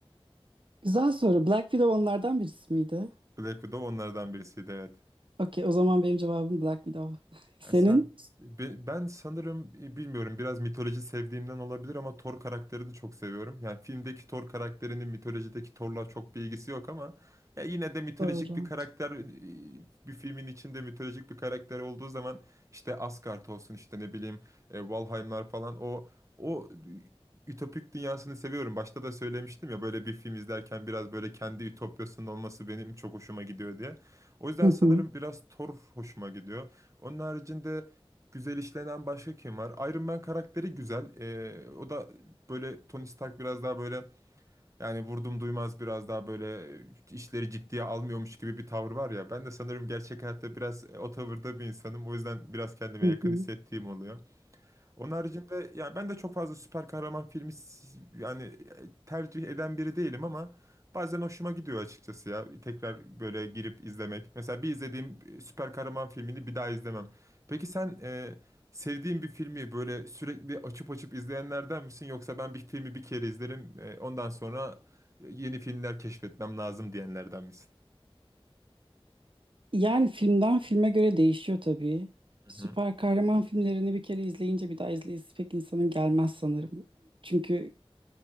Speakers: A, on the right; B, on the right.
A: güzel soru. Black Widow onlardan birisi miydi?
B: Black Widow onlardan birisiydi evet.
A: Okey, o zaman benim cevabım Black Widow. <laughs> Senin?
B: Ya sen be- ben sanırım e, bilmiyorum biraz mitoloji sevdiğimden olabilir ama Thor karakterini çok seviyorum. Yani filmdeki Thor karakterinin mitolojideki Thor'la çok bir ilgisi yok ama ya yine de mitolojik
A: Doğru.
B: bir karakter e, bir filmin içinde mitolojik bir karakter olduğu zaman işte Asgard olsun işte ne bileyim e, Valheimlar falan o o ütopik dünyasını seviyorum. Başta da söylemiştim ya böyle bir film izlerken biraz böyle kendi ütopyasının olması benim çok hoşuma gidiyor diye. O yüzden
A: Hı hı,
B: sanırım biraz Thor hoşuma gidiyor. Onun haricinde güzel işlenen başka kim var? Iron Man karakteri güzel. Ee, o da böyle Tony Stark biraz daha böyle yani vurdum duymaz biraz daha böyle işleri ciddiye almıyormuş gibi bir tavır var ya. Ben de sanırım gerçek hayatta biraz e, o tavırda bir insanım. O yüzden biraz kendime
A: hı
B: yakın
A: hı.
B: hissettiğim oluyor. Onun haricinde yani ben de çok fazla süper kahraman filmi s- yani e, tercih eden biri değilim ama bazen hoşuma gidiyor açıkçası ya. Tekrar böyle girip izlemek. Mesela bir izlediğim e, süper kahraman filmini bir daha izlemem. Peki sen e, sevdiğin bir filmi böyle sürekli açıp açıp izleyenlerden misin? Yoksa ben bir filmi bir kere izlerim e, ondan sonra yeni filmler keşfetmem lazım diyenlerden misin?
A: Yani filmden filme göre değişiyor tabii.
B: Hı
A: Süper
B: hı.
A: kahraman filmlerini bir kere izleyince bir daha izleyesi pek insanın gelmez sanırım. Çünkü